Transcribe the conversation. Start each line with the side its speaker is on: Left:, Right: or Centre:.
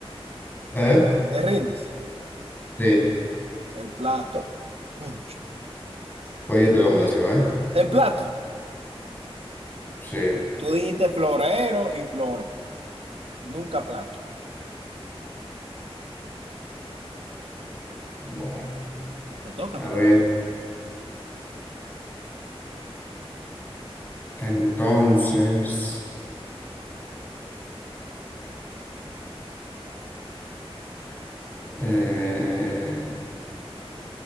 Left: ¿Eh?
Right: te rindes.
Left: Sí,
Right: El plato, punch.
Left: pues yo te lo mencioné.
Right: El plato,
Left: Sí,
Right: tú dijiste florero y flores, nunca plato.
Left: bueno.
Right: Te toca,
Left: A
Right: te
Left: ver,
Right: toca.
Left: entonces. eh,